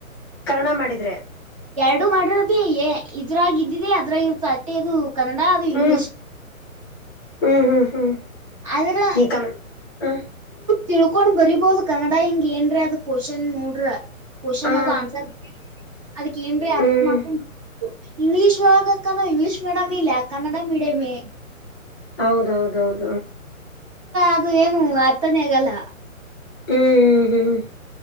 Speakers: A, on the left; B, on the right.
A: ಕಣ ಮಾಡಿದ್ರೆ
B: ಎಡು ಮಾಡ್ರ ಭೀ ಇದ್ರಾಗ ಇದ್ದಿದೆ ಅದ್ರಾಗಿ ಇರುತ ಅಟ್ಟೆ ಅದು ಕನ್ನಡ ಅದು ಇಂಗ್ಲೀಷ್
A: ಹ್ಮ್ ಹ್ಮ್ ಹ್ಮ್ ಹ್ಮ್
B: ಅದ್ರ
A: ನೀ ಕನ್ನಡ ಹ
B: ತಿಳ್ಕೊಂಡ್ ಬರಿಬೋದು ಕನ್ನಡ ಹಿಂಗ ಏನ್ರ ಅದ ಕ್ವಶನ್ ನೋಡ್ರ ಕ್ವಶನ್
A: ಹ
B: ಅದು ಆನ್ಸರ್ ಅದಕ್ಕ ಏನ್ೀ
A: ಹ್ಮ್
B: ಅರ್ಥ ಮಾಡ್ಕೊಂಡ್ ಇಂಗ್ಲಿೀಷ್ ಒಳಗಕ್ಕ ನ ಇಂಗ್ಲಿೀಷ್ ಮೀಡಿಯಮ ಇಲ್ಲ ಕನ್ನಡ ಮೀಡಿಯಮೇ
A: ಹೌದೌದೌದು
B: ಅದು ಏನು ಅರ್ಥನ ಆಗಲ್ಲ
A: ಹ್ಮ್ ಹ್ಮ್ ಹ್ಮ್